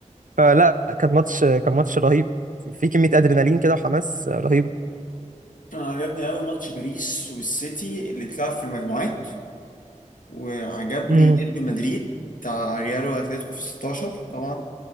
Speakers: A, on the right; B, on the left.
A: فلا كان ماتش كان ماتش رهيب في كميه ادرينالين كده وحماس رهيبه
B: انا عجبني قوي ماتش باريس والسيتي اللي اتلعب في المجموعات وعجبني
A: امم
B: ديربي مدريد بتاع ريال واتلتيكو في 16 طبعا